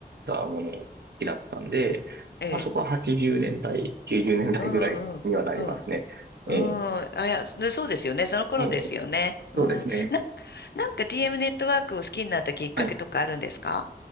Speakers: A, on the right; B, on the left.
A: たものも好きだったんで、
B: ええ、
A: まあ、そこは80年代、90年代ぐらいにはなりますね。
B: うん、うん、うん、うん。
A: え
B: うん、あ、いや、ねそうですよね。その頃ですよね。
A: ーえー
B: うん。
A: そうですね。
B: な、なんか TM ネットワークを好きになったきっかけとかあるんですか
A: はい。